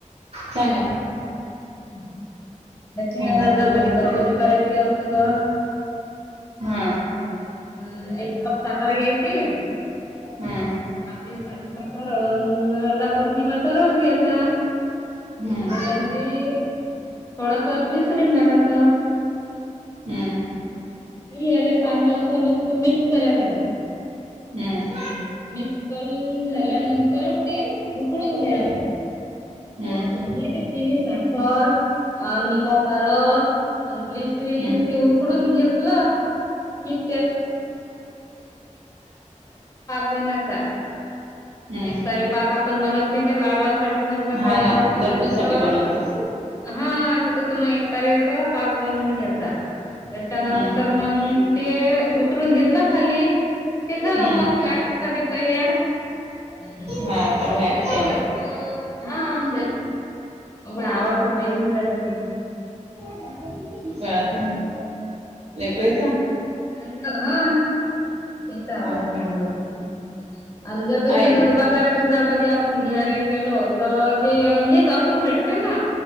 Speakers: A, on the right (about 55°); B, on the left (about 25°).
A: सांगा
B: <inaudible> त्या प्रियाला
A: थांबा ना
B: जर
A: फोन
B: कधी घरगुती
A: कर
B: करायची असली तर?
A: हा
B: हम्म एक कप साखर घ्यायची
A: हम्म
B: <inaudible> साधी साखर दाखवत नाही मग तरच घ्यायचा
A: हम्म.
B: त्याच्यामध्ये थोडंसं मिसरन टाकाच.
A: हम्म.
B: याले चांगलं अस मस्त मिक्स करायचं.
A: हम्.
B: मिक्स करून झाल्यानंतर ते उकडून
A: हम्म
B: घ्याव
A: हम्म
B: म्हणजे ते तिवी साखर अ निंबा सारस आणि ती आणि ती
A: हम्म
B: ते उकडून घेतलं <unintelligible> पाक बनाचा
A: हम्म
B: एक तरी पाक आपण बनत नाही का लाडवासाठी सम
A: हा
B: च
A: ना,
B: असलं
A: लड्डू
B: तरी
A: साठी
B: तर
A: बनवतोस
B: हा तर तस मग एकतारी अस पाक बनवून घ्यायचा. त्याच्यानंतर
A: हम्म
B: मग ते उतरून घेतला खाली कि झालं
A: हम्म
B: मग व्याक् साठी तयार त्याला
A: हा काय हॅक
B: काही
A: कराय
B: जास्त <unintelligible>
A: <unintelligible> लेकरेचा
B: हम्म्म. हा. <unintelligible>
A: हा काय
B: आणि जर कधी
A: आहे
B: समजा बाजाराची जर कधी आपण घ्यायला गेलो तर ते हेच असंच भेटतील ना?